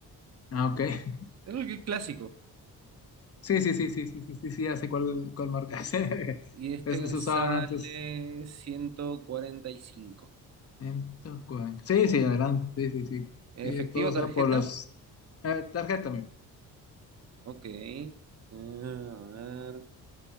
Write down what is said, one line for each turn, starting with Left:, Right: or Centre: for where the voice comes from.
Left: Ah, ok. <laughs>
Right: Es el que- clásico.
Left: Sí, sí, sí, sí, sí, sí, sí, sí, ya sé cuál, cuál marca es. <laughs>
Right: Y este
Left: Es- Esos
Right: sale
Left: usaban antes
Right: 145.
Left: 140. Sí, sí, adelante. Sí, sí, sí.
Right: ¿Efectivo,
Left: Y todo
Right: tarjeta?
Left: sea por las eh, tarjeta, amigo.
Right: Ok. Ah, A ver.